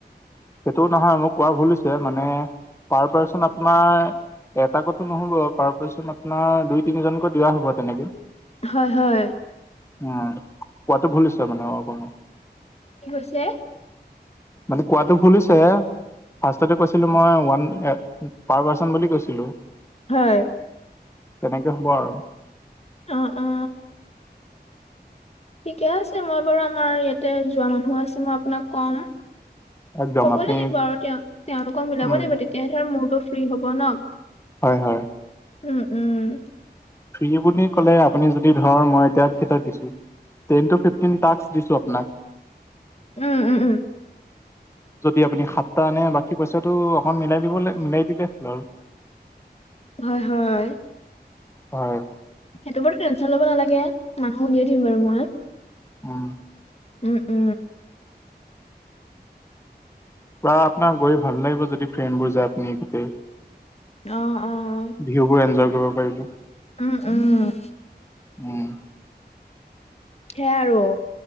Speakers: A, on the left; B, on the left.
A: সেইটোও নহয় মোক কোৱা ভুল হৈছে মানে পাৰ পাৰ্চন আপোনাৰ এটাকেকতো নহ'ব। পাৰ পাৰ্চন আপোনাৰ দুই-তিনিজনকৈ দিয়া হ'ব তেনেকে।
B: হয়, হয়।
A: উম, কোৱাটো ভুল হৈছে মানে অকমান।
B: কি কৈছে?
A: মানে কোৱাটো ভুল হৈছে। ফাৰ্ষ্টতে কৈছিলোঁ মই ওৱান এ পাৰ পাৰ্চন বুলি কৈছিলোঁ।
B: হয়।
A: তেনেকে হ'ব আৰু।
B: অ', অ'। ঠিকে আছে। মই বাৰু আমাৰ ইয়াতে যোৱা মানুহ আছে মই আপোনাক কম।
A: একদম
B: ক'ব
A: আপুনি
B: লাগিব আৰু দিয়ক। তেওঁলোকক মিলাব
A: উম
B: লাগিব তেতিয়া ধৰ মোৰতো ফ্ৰী হ'ব ন?
A: হয়, হয়।
B: উম, উম।
A: ফ্ৰী বুলি ক'লে আপুনি যদি ধৰ মই এতিয়া কেইটাক দিছো টেন টু ফিফটিন টাস্ক দিছো আপোনাক।
B: উম, উম, উম।
A: যদি আপুনি সাতটা আনে বাকী পইচাটো অকন মিলাই দিব লা-মিলাই দিলে হ'ল আৰু।
B: হয়, হয়।
A: বাৰু।
B: হেইটো বাৰু টেনচন ল'ব নালাগে। মানুহ উলিয়াই দিম বাৰু মই।
A: উম।
B: উম, উম।
A: পুৰা আপোনাৰ গৈ ভাল লাগিব যদি ফ্ৰেণ্ডবোৰ যায় আপুনি গোটেই।
B: অ', অ', অ'।
A: ভিউবোৰ এনজয় কৰিব পাৰিব।
B: উম, উম।
A: উম।
B: সেয়াই আৰু